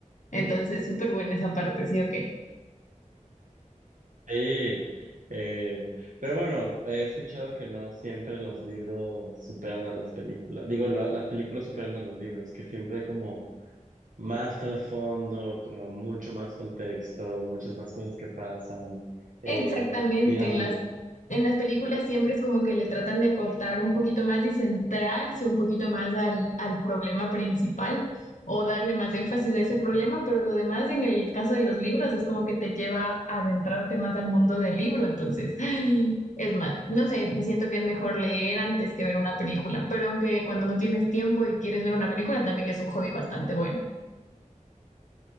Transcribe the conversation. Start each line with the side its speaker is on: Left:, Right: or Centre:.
Left: Entonces, súper buena esa parte, ¿sí o qué?
Right: Sí, eh, pero bueno, he escuchado que no siempre los libros superan a las películas, digo, la- las películas superan a los libros, que siempre hay como más trasfondo, como mucho más contexto, muchas más cosas que pasan, eh,
Left: Exactamente,
Right: y en las
Left: en
Right: películas.
Left: las, en las películas siempre es como que le tratan de acortar un poquito más y centrarse un poquito más al, al problema principal o darle más énfasis a ese problema, pero lo demás en el caso de los libros es como que te lleva a adentrarte más al mundo del libro, entonces <gasps> ay, es más, no sé, siento que es mejor leer antes que ver una película, pero aunque cuando no tienes tiempo y quieres ver una película también es un hobby bastante bueno.